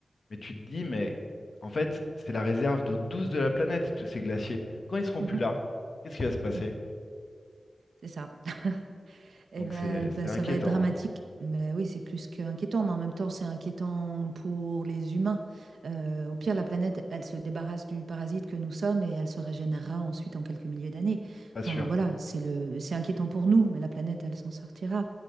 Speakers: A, on the left; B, on the right.
A: Mais tu te dis, mais en fait, c'est la réserve d'eau douce de la planète, tous ces glaciers. Quand ils seront
B: mhm,
A: plus
B: mhm,
A: là, qu'est-ce qui va se passer?
B: mhm. C'est ça. <laughs> Eh
A: Donc
B: ben,
A: c'est
B: ben,
A: c'est
B: ça
A: inquiétant,
B: va être dramatique.
A: hein.
B: Mais oui, c'est plus qu'inquiétant, mais en même temps, c'est inquiétant pour les humains. Euh, au pire, la planète, elle se débarrasse du parasite que nous sommes et elle se régénérera ensuite en quelques milliers d'années.
A: Pas
B: Enfin,
A: sûr.
B: voilà, c'est le, c'est inquiétant pour nous, mais la planète, elle s'en sortira.